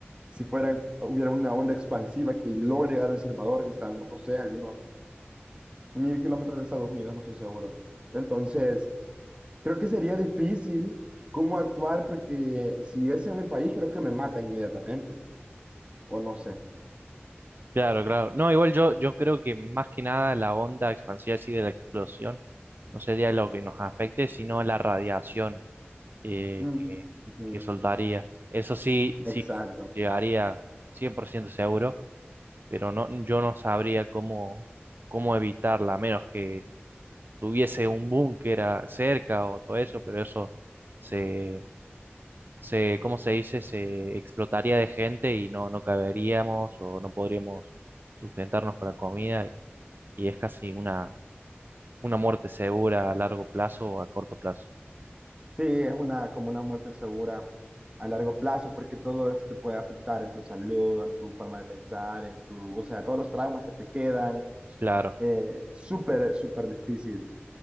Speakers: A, on the right; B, on the right.
A: si fuera, hubiera una onda expansiva que logre llegar a El Salvador, que estamos, no sé, algunos mil kilómetros de Estados Unidos, no estoy seguro. Entonces, creo que sería difícil cómo actuar, porque si es en mi país, creo que me mata inmediatamente, o no sé.
B: Claro, claro. No, igual yo, yo creo que más que nada la onda expansiva así de la explosión no sería lo que nos afecte, sino la radiación eh,
A: Mm,
B: que,
A: Ujú,
B: que soltaría. Eso sí,
A: Exacto.
B: sí llegaría 100% seguro, pero no, yo no sabría cómo, cómo evitarla, a menos que tuviese un búnker a- cerca o todo eso, pero eso se, se, ¿cómo se dice? Se explotaría de gente y no, no caberíamos o no podríamos sustentarnos con la comida y es casi una, una muerte segura a largo plazo o a corto plazo.
A: Sí, es una, como una muerte segura a largo plazo, porque todo eso te puede afectar en tu salud, en tu forma de pensar, en tu, o sea, todos los traumas que te quedan,
B: Claro.
A: eh, súper, súper difícil.